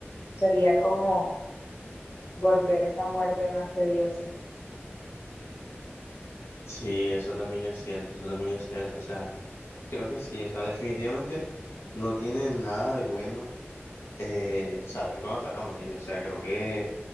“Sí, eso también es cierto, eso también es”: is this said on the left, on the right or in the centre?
Left